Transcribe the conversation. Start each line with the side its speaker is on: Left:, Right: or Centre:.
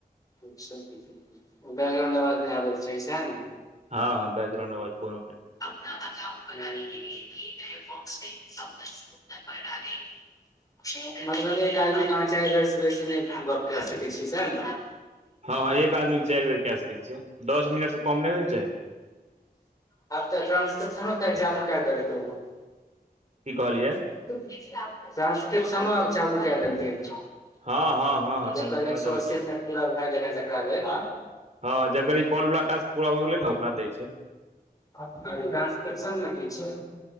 Left: बैकग्राउंड आवाज नै आबा चाही सेहा नऽ
Right: हँ हँ बैकग्राउंड अवाज कोनो नहि।
Left: अप अक बनाने के ल बॉक्स मे्तर ब देे <unintelligible> मतलब एक आदमी के अहाँ चारि वेर बेसी नहि गप्प सकै छी सेहा न
Right: हँ हं एक आदमीे चारि बेर केऽ सकै छियै दस मिनट से कम नहि होइ छै
Left: त र ने त जानो क देै त ओनो <unintelligible>
Right: की कहलियै
Left: ट्रांसक्रिप्शनों आब चालू कय देलकै हं
Right: हँ हँ हँ ट्रांजेक्शनो
Left: जकर एक सो
Right: चालू
Left: अस्सी
Right: कए
Left: मिनट
Right: देबै
Left: पूरा भय गेलैहें तकरा लेल
Right: हँ जकर ई कॉल वला टास्क पूरा भऽ गेलै ने ओकरा दै छै
Left: ट्रांसक्रिप्शन मे की छै